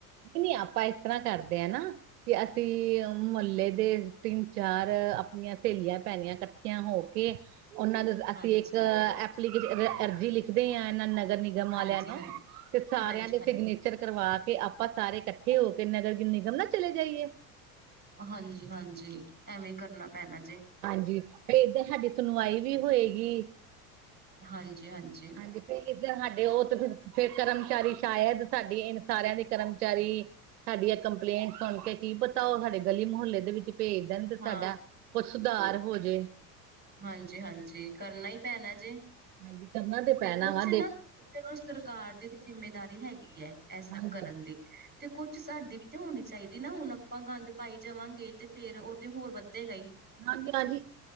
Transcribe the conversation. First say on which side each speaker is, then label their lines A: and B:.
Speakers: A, on the right (about 80°); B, on the right (about 20°).
A: ਕਿ ਨਈ ਆਪਾਂ ਏਸ ਤਰ੍ਹਾਂ ਕਰਦੇ ਆ ਨਾ ਕਿ ਅਸੀਂ ਮੁਹੱਲੇ ਦੇ ਤਿੰਨ-ਚਾਰ ਆਪਣੀਆਂ ਸਹੇਲੀਆਂ ਪੈਣੀਆਂ ਕ ਠੀਆ ਹੋ ਕੇ ਓਨਾਂ ਨੂੰ ਅਸੀਂ
B: ਹਾਂਜੀ,
A: ਇੱਕ ਐਪਲੀਕੇ ਅਰਜੀ ਲਿਖਦੇ ਹਾਂ ਏਨਾਂ ਨਗਰ ਗਮ ਆਲਿਆਂ
B: ਹਾਂਜੀ,
A: ਨੂੰ
B: ਹਾਂਜੀ,
A: ਤੇ ਸਾਰਿਆਂ
B: ਹਾਂਜੀ,
A: ਦੇ
B: ਹਾਂਜੀ।
A: ਸਿਗਨੇਚ ਚਰ ਕਰਵਾ ਕੇ ਆਪਾਂ ਸਾਰੇ ਕੱਠੇ ਹੋ ਕੇ ਨਗਰ ਨਿਗਮ ਨਾ ਚਲੇ ਜਾਈਏ।
B: ਹਾਂਜੀ-ਹਾਂਜੀ ਐਵੇਂ ਕਰਨਾ ਪੈਣਾ ਜੇ।
A: ਹਾਂਜੀ ਤੇ ਏਦਾਂ ਹਾਡੀ ਸੁਣਵਾਈ ਵੀ ਹੋਏਗੀ।
B: ਹਾਂਜੀ-ਹਾਂਜੀ।
A: ਹਾਂਜੀ ਫੇਰ ਇਧਰ ਸਾਡੇ ਓ ਤੇ ਫ ਫੇਰ ਕਰਮਚਾਰੀ ਸ਼ਾਇਦ ਸਾਡੀ ਇਨ ਸਾਰਿਆਂ ਦੇ ਕਰਮਚਾਰੀ ਸਾਡੀ ਆ ਕੰਪਲੇਂਟ ਸੁਣ ਕੇ ਕੀ ਪਤਾ ਓ ਸਾਡੇ ਗਲੀ ਮੁਹੱਲੇ ਦੇ ਵਿੱਚ ਪੇਜ ਦੇਣ ਤੇ ਸਾਡਾ
B: ਹਾਂ,
A: ਕੁਛ ਸੁਧਾਰ ਹੋਜੇ।
B: ਹਾਂਜੀ-ਹਾਂਜੀ ਕਰਨਾ ਈ ਪੈਣਾ ਜੇ।
A: ਹਾਂਜੀ ਕਰਨਾ
B: ਤੇ
A: ਪੈਣਾ
B: ਕੁਛ
A: ਵਾ ਦੇਖ
B: ਨਾ ਚਲੋ ਸਰਕਾਰ ਦੀ ਤੇ ਜਿੰਮੇਦਾਰੀ ਹੈਗੀ ਐ ਏਹ ਸਭ
A: ਹਾਂਜੀ
B: ਕਰਨ ਦੀ। ਤੇ ਕੁਛ ਸਾਡੀ ਵੀ ਤੇ ਹੋਣੀ ਚਾਈਦੀ ਨਾ ਹੁਣ ਆਪਾਂ ਗੰਦ ਪਾਈ ਜਾਵਾਂਗੇ ਤੇ ਫੇਰ ਉਹ ਤੇ ਹੋਰ ਵੱਧੇ ਗਈ।
A: ਹਾਂਜੀ-ਰਾਂਜੀ।